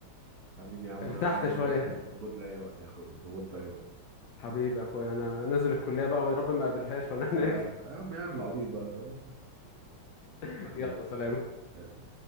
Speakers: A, on the right; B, on the left.
A: حبيبي يا عم
B: فارتحت
A: آه، موجود
B: شويه
A: موجود لأي وقت يا أخوي موجود في أي وقت
B: حبيبي يا اخويا انا نازل الكلية بقى ويا رب ما اقابلهاش وانا هناك
A: لا يا عم يا عم العبيط بقى فاهم <laughs>
B: <laughs>
A: حبيبي
B: يلا سلام
A: تمام